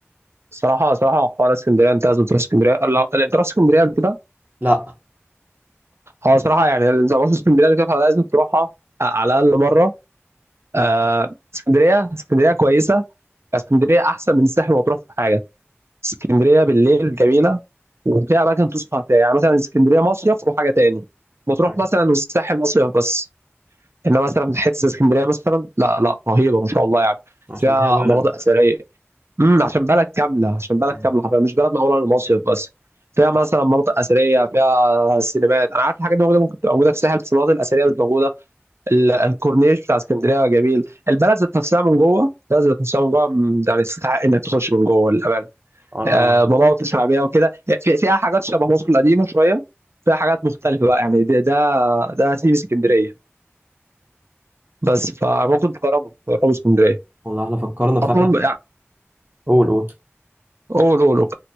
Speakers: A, on the right; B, on the right.
A: صراحة صراحة حوار اسكندرية أنت لازم تروح اسكندرية لو لو أنت رحت اسكندرية قبل كده
B: لا
A: هو صراحة يعني أنت ما رحت اسكندرية قبل كده فلازم تروحها آه، على الأقل مرة
B: م-
A: آه، اسكندرية اسكندرية كويسة اسكندرية أحسن من الساحل وتروح في حاجة اسكندرية بالليل جميلة وفيها أماكن تسهر فيها يعني مثلا اسكندرية مصيف وحاجة تاني وتروح
B: أيوة.
A: مثلا والساحل مصيف بس إنما مثلا حتة اسكندرية مثلا لا لا رهيبة ما شاء الله يعني
B: عشان
A: فيها
B: هي بلد
A: مناطق أثرية امم عشان بلد كامله عشان بلد
B: أيوة.
A: كامله حرفيا مش بلد معموله للمصيف بس فيها مثلا مناطق اثريه فيها سينمات انا عارف الحاجات دي موجوده ممكن تبقى موجوده في الساحل بس المناطق الاثريه مش موجوده ال- الكورنيش بتاع اسكندريه جميل البلد ذات نفسها من جوه البلد ذات نفسها من جوه م- يعني تستحق انك تخش من جوه للامانه
B: انا
A: آه، مناطق شعبيه وكده في- فيها حاجات شبه مصر القديمه شويه فيها حاجات مختلفه بقى يعني ده ده ده سيب اسكندريه بس فممكن تجربه تجربوا اسكندريه
B: والله احنا فكرنا فعلا
A: اصلا يعني
B: قول قول
A: قول قول